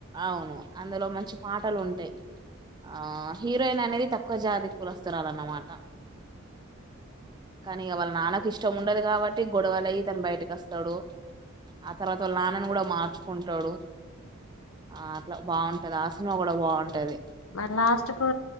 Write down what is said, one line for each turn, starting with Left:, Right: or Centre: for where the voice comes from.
Right: అవును అందులో మంచి పాటలు ఉంటాయి ఆ హీరోయిన్ అనేది తక్కువ జాతి కులస్తురాలన్నమాట కానీ ఇగ వాళ్ళ నాన్నకు ఇష్టం ఉండదు కాబట్టి గొడవలయి తను బయటకి వస్తాడు ఆ తర్వాత వాళ్ళ నాన్నని కూడా మార్చుకుంటాడు ఆ అట్లా బాగుంటది ఆ సినిమా కూడా బాగుంటది
Left: మా లాస్ట్ కు